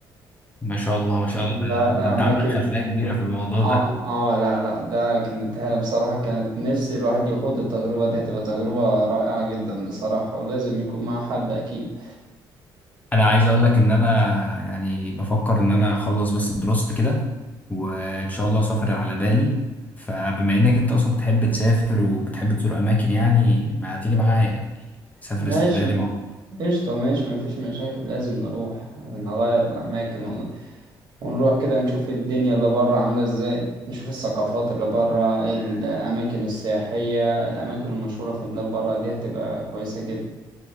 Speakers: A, on the left (about 20°); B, on the right (about 60°).
A: ما شاء الله ما شاء الله
B: لا
A: ده, ده انت
B: اماكن
A: عندك خلفية كبيرة في الموضوع
B: اه
A: ده
B: اه لا لا ده كانت هي بصراحة كانت نفسي الواحد يخوض التجربة دي هتبقى تجربة رائعة جدا بصراحة ولازم يكون مع حد أكيد
A: انا عايز اقول لك ان انا يعني بفكر ان انا اخلص بس دراستي كده وان شاء الله اسافر على بالي فبما انك انت اصلا بتحب تسافر وبتحب تزور اماكن يعني ما تيجي معايا يعني سافر
B: ماشي
A: السفرية دي مع
B: قشطة ماشي مفيش مشاكل لازم نروح نغير الأماكن ون- ونروح كده نشوف الدنيا اللي برا عاملة ازاي نشوف الثقافات اللي برا الأماكن السياحية الأماكن المشهورة في بلاد برا دي هتبقى كويسة جدا